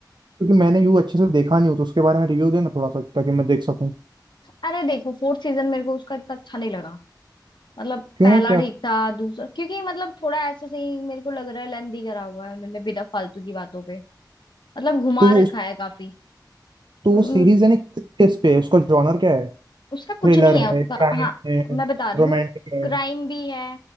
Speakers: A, on the right; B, on the left.
A: क्योंकि मैंने यू अच्छे से देखा नहीं हो तो उसके बारे में रिव्यू देना थोड़ा सा ताकि मैं देख सकूं
B: अरे देखो फोर्थ सीजन मेरे को उसका इतना अच्छा नहीं लगा मतलब
A: क्यों
B: पहला
A: क्या
B: ठीक था दूसरा क्योंकि मतलब थोड़ा ऐसे सही मेरे को लग रहा है लेंदी करा हुआ है उन्होंने बिना फालतू की बातों पे मतलब घुमा
A: तो वो
B: रखा
A: उस
B: है काफी
A: तो
B: उम,
A: वो सीरीज है ना किस किस पे है? उसका जॉनर क्या है
B: उसका कुछ
A: थ्रिलर
B: नहीं है उसका
A: है क्राइम
B: हाँ
A: है
B: मैं बता रही
A: रोमांटिक
B: हूँ
A: है
B: क्राइम भी है